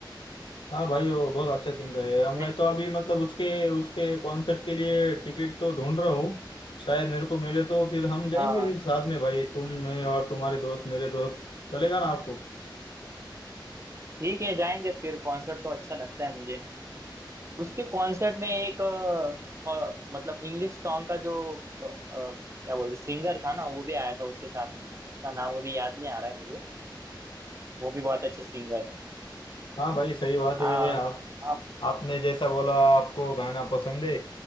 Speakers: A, on the left; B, on the right.
A: हाँ भाई वो बहुत अच्छे सिंगर है
B: तो
A: अब मैं
B: मैं-
A: तो अभी मतलब उसके उसके कॉन्सर्ट के लिए टिकट तो ढूंढ रहा हूँ शायद मेरे को मिले तो फिर हम जाएंगे
B: हाँ
A: भी साथ में भाई तुम मैं और तुम्हारे दोस्त मेरे दोस्त चलेगा ना आपको
B: ठीक है जाएंगे फिर कॉन्सर्ट तो अच्छा लगता है मुझे उसके कॉन्सर्ट में एक अ, अ, मतलब इंग्लिश सॉन्ग का जो अ, अ, क्या बोलते सिंगर था ना वो भी आया था उसके साथ में उसका नाम अभी याद नहीं आ रहा है मुझे वो भी बहुत अच्छे सिंगर है
A: हाँ भाई सही बात
B: हाँ
A: है आप
B: हाँ
A: आपने जैसा बोला आपको गाना पसंद है